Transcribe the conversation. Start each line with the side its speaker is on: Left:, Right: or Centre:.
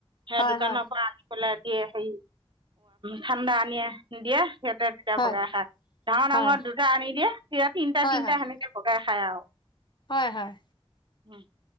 Right: সেই
Left: হয়
Right: দোকানৰ
Left: হয়
Right: পৰা আনি <inaudible> সেই এই হেৰী, ঠাণ্ডা আনেিয় দিয়া। সিহঁতে তেতিয়া
Left: হয়
Right: ভগাই খাই, ডাঙৰ ডাঙৰ
Left: হয়
Right: দুটা আনি দিয়ে, তেতিয়া তিনিটা
Left: হয়
Right: তিনিটা
Left: হয় হয়
Right: সেনেকে ভগাই খাই। খাই আৰু।
Left: হয়, হয়।
Right: উম।